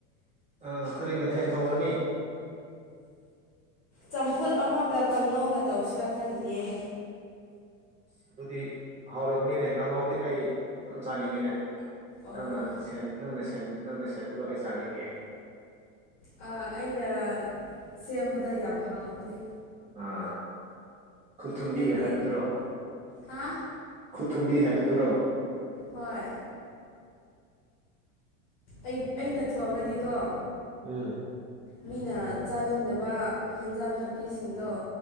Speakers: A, on the right (about 20°); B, on the left (about 50°).
A: ꯑ ꯀꯔꯤ ꯃꯠ ꯊꯦꯟ ꯊꯣꯡꯒꯅꯤ
B: ꯆꯝꯐꯨꯠ ꯑꯃꯒ ꯀꯥꯡꯉꯧꯒ ꯇꯧꯁꯤꯔꯥ ꯈꯜꯂꯤꯌꯦ
A: ꯁ ꯑꯗꯨꯗꯤ ꯍꯧꯔꯒꯅꯤꯅꯦ ꯀꯥꯡꯍꯧꯗꯤ ꯑꯩ ꯑꯥꯝ ꯆꯥꯅꯤꯡꯉꯤꯅꯦ
B: ꯑꯣ
A: ꯅꯪꯅ ꯁꯦꯝ ꯅꯪꯅ ꯁꯦꯝ ꯅꯪꯅ ꯁꯦꯝꯕꯗꯣ ꯑꯩ ꯆꯥꯅꯤꯡꯉꯦ
B: ꯑ ꯑꯩꯅ ꯁꯦꯝꯕꯗ ꯌꯥꯝ ꯍꯥꯎꯕꯅꯦ
A: ꯑ ꯈꯨꯠꯊꯨꯝꯕꯤ
B: ꯅꯪꯗꯤ
A: ꯍꯥꯏꯕꯗꯨꯔꯣ
B: ꯍꯥ
A: ꯊꯨꯝꯕꯤ ꯍꯥꯏꯕꯗꯨꯔꯣ
B: ꯍꯣꯏ ꯑꯩ ꯑꯩꯅ ꯊꯣꯡꯉꯗꯤꯀꯣ
A: ꯎꯝ
B: ꯃꯤꯅ ꯆꯥꯅꯤꯡꯗꯕ ꯍꯦꯟꯖꯥꯡ ꯅꯥꯄꯤꯁꯤꯡꯗꯣ